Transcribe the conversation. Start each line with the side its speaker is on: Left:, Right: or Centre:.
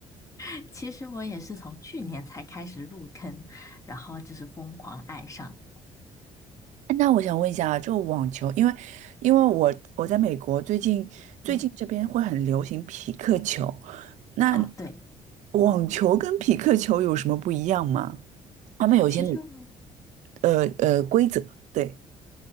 Left: <laughs> 其实我也是从去年才开始入坑，然后就是疯狂爱上。
Right: 哎那我想问一下啊，就网球，因为因为我我在美国，最近最近这边会很流行匹克球，
Left: 嗯，
Right: 那
Left: 哦，对，
Right: 网球跟匹克球有什么不一样吗？他们有一些
Left: 其实我
Right: 呃呃规则，对。